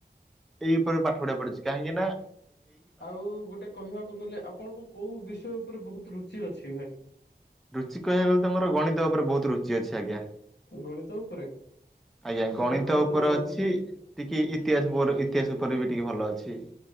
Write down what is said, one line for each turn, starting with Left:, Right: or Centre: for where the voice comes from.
Centre: ଏଇ ଉପରେ ପାଠ ପଢ଼ିବାକୁ ପଡ଼ୁଚି କାହିଁକିନା
Left: ଆଉ ଗୋଟେ କହିବାକୁ ଗଲେ ଆପଣଙ୍କୁ କୋଉ ବିଷୟ ଉପରେ ବହୁତ ରୁଚି ଅଛି ଭାଇ?
Centre: ରୁଚି କହିବାକୁ ଗଲେ ତ ମୋର ଗଣିତ ଉପରେ ବହୁତୁ ରୁ ଚି ଅଛି ଆଜ୍ଞା
Left: ଗଣିତ ଉପରେ
Centre: ଆଜ୍ଞା ଗଣିତ
Left: ତାହେଲେ
Centre: ଓପରେ
Left: ଭଲ
Centre: ଅଛି।
Left: ହଁ
Centre: ଟିକେ ଇତିହାସ ବୋର ଇତିହାସ ଉପରେ ବି ଟିକେ ଭଲ ଅଛି।